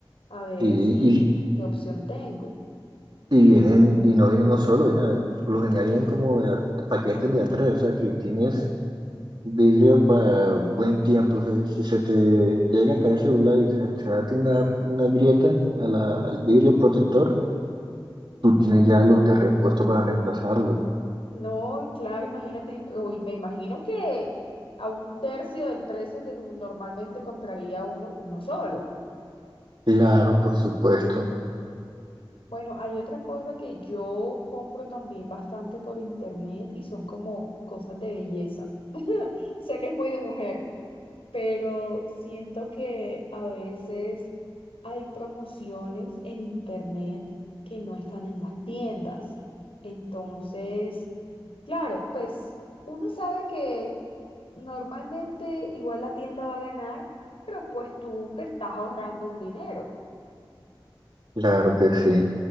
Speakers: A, on the left; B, on the right.
A: a ver
B: Y,
A: si
B: y,
A: qué opción tengo.
B: y vienen, y no vienen uno solo, vienen, a- por lo general vienen como de a- paquetes de A3, o sea que tienes vidrio para buen tiempo. O sea, si se te llega a caer el celular y se te hace una, una grieta a la- al vidrio protector, Tú tienes ya los de repuesto para reemplazarlos.
A: No, claro, imagínate, im- o y me imagino que a un tercio del precio que normalmente compraría uno, uno solo.
B: Claro, por supuesto.
A: Bueno, hay otra cosa que yo compro también bastante por internet y son como cosas de belleza. Sé que es muy de mujer, pero siento que a veces hay promociones en internet que no están en las tiendas. Entonces, claro, pues uno sabe que normalmente igual la tienda va a ganar, pero pues tú te estás ahorrando un dinero.
B: Claro que sí.